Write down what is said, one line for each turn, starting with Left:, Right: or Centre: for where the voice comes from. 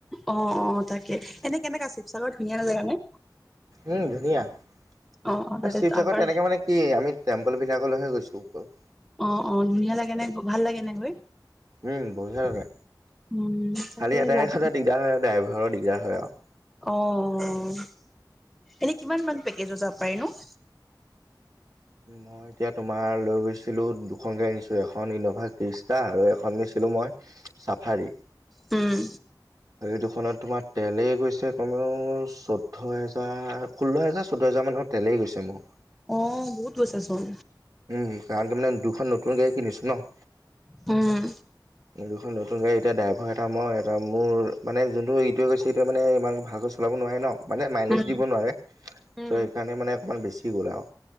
Centre: অ', অ', তাকে এনে কে এনেকা শিৱসাগৰ ধুনীয়া জেগা নে?
Right: উম, ধুনীয়া এই
Centre: অ অ তাতে
Right: শিৱসাগৰত
Centre: আগৰ
Right: তেনেকে মানে কি আমি টেম্পল বিলাকলৈহে গৈছো অকল।
Centre: অ', অ', ধুনীয়া লাগে নে ভাল লাগে নে গৈ?
Right: উম, বঢ়িয় ভাল লাগে।
Centre: উম। তাকে
Right: খালি এটাই
Centre: যাব
Right: কথা দিগদাৰ হয়, আৰু ড্ৰাইভাৰৰ দিগদাৰ হয় আৰু।
Centre: অ', এনে কিমান মান পেকেজত যাব পাৰি নো?
Right: উ, মই এতিয়া তোমাৰ লৈ গৈছিলোঁ দুখন গাড়ী নিছোঁ এখন ইন'ভা কৃষ্টা আৰু এখন নিছিলোঁ মই চাফাৰী।
Centre: উম।
Right: হেই দুখনত তোমাৰ তেলেই গৈছে কমেও চৈধ্য হেজাৰ ষোল্ল হেজাৰ চৈধ্য হেজাৰ মানত তেলেই গৈছে মোৰ।
Centre: অ', বহুত গৈছ চোন।
Right: উম, কাৰণ কি মানে দুখন নতুন গাড়ী কিনিছো ন'!
Centre: উম।
Right: এই দুখন নতুন গাড়ী এতিয়া ড্ৰভাৰ এটা মই এটা মোৰ মানে যোনটো ইটোৱে গৈছে এইটোৱে মানে ইমান ভালকৈ চলাব নোৱাৰে ন'! মানে মাইলেজ
Centre: উম
Right: দিব নোৱাৰে চ'
Centre: উম।
Right: সেইকাৰণে মানে অকণমান বেছি গ'ল আৰু।